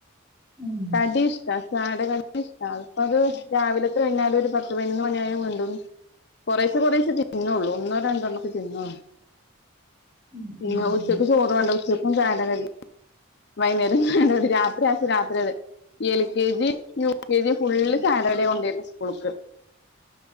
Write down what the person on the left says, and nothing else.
കടി ഇഷ്ട ചായടെ കടി ഇഷ്ടാ അത് രാവിലത്തെഴിഞ്ഞാലൊരു പത്ത് പയിനൊന്ന് മണിയായ വീണ്ടും കണ്ടുന്ന് കൊറേശേ കൊറേശേ തിന്നൊള്ളൂ ഒന്നോ രണ്ടോണ്ണാക്കെ തിന്ന്ളൂ
പിന്നെ
ഉച്ചക് ചോർ വേണ്ട ഉച്ചക്കും ചായടെ കടി വൈന്നേരം രാത്രിയായൊ രാത്രിയത് L K G U K G full സാലഡേ കൊണ്ടേർന്നേ സ്കൂൾക്ക്